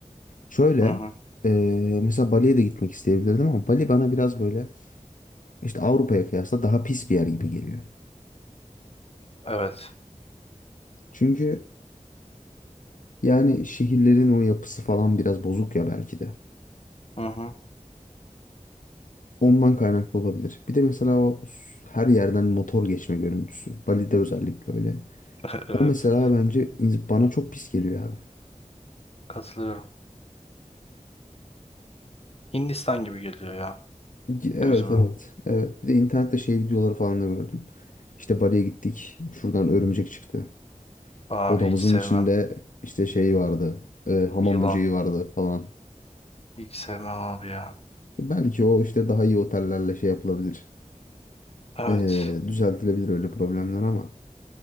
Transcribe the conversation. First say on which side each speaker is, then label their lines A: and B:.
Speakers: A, on the left; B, on the left.
A: Şöyle
B: Hı hı.
A: eee, mesela Bali'ye de gitmek isteyebilirdim ama Bali bana biraz böyle işte Avrupa'ya kıyasla daha pis bir yer gibi geliyor.
B: Evet.
A: Çünkü yani şehirlerin o yapısı falan biraz bozuk ya belki de.
B: Hı hı.
A: Ondan kaynaklı olabilir. Bir de mesela o s- her yerden motor geçme görüntüsü. Bali'de özellikle öyle.
B: <laughs> Evet.
A: O mesela bence ins- bana çok pis geliyor abi.
B: Katılıyorum. Hindistan gibi geliyor ya.
A: Evet
B: Gözüme.
A: evet. Evet. Bir de internette şey videoları falan da gördüm. İşte Bali'ye gittik. Şuradan örümcek çıktı.
B: Abi
A: Odamızın
B: hiç sevmem.
A: içinde işte şey vardı. e, hamam
B: Yılan.
A: böceği vardı falan.
B: Hiç sevmem abi ya.
A: Belki o işte daha iyi otellerle şey yapılabilir.
B: Evet.
A: E, düzeltilebilir öyle problemler ama